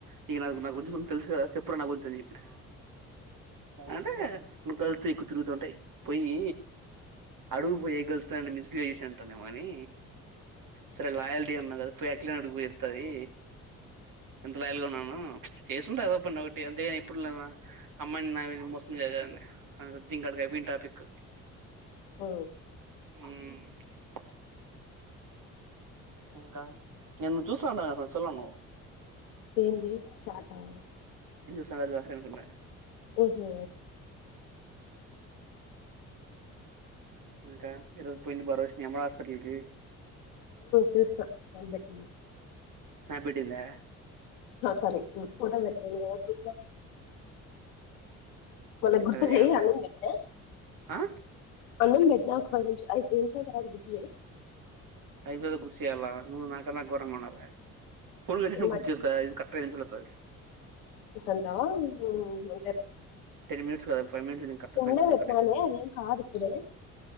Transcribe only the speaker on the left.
ఉమ్
ఏంది చాట్ ఆ
ఉహు
చూసిన పెట్టింది
సారీ ఫోటో పెట్టలేదు కదా గ్రూప్ లో మళ్ళ గుర్తు
చేయి
అన్నం పెట్టినా
అన్నం పెట్టినా ఒక పది నిమిష ఐదు నిమిషాల తర్వాత గుర్తు చేయి
నేను
ఉంటంటావా ఉ అంతేలే
సిం
లో పెట్నాలే
అదేం కాదు ఇప్పుడే